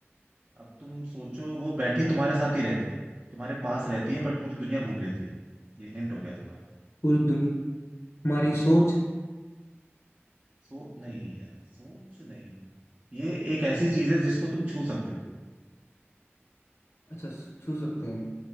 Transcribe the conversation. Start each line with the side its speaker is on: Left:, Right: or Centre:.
Right: अब तुम सोचो वो बैठी तुम्हारे साथ ही रहती है तुम्हारे पास रहती है पर पूरी दुनिया घूम लेती है ये हिंट हो गया तुम्हारा
Left: पूरी दुनिया हमारी सोच
Right: सो नहीं यार सोच नहीं ये एक ऐसी चीज है जिसको तुम छू सकते हो
Left: अच्छा छू सकते हैं